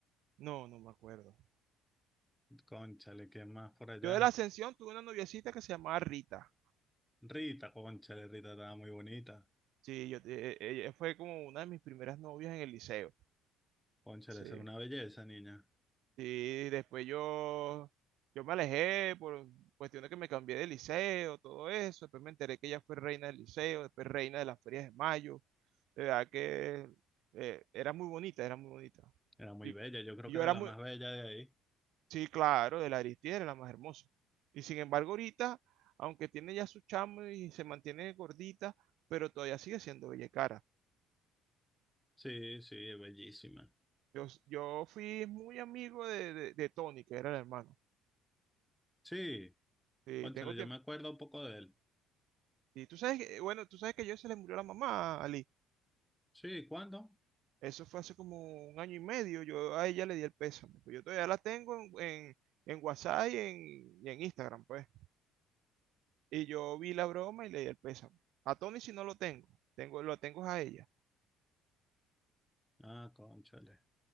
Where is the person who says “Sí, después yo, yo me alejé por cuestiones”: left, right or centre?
Right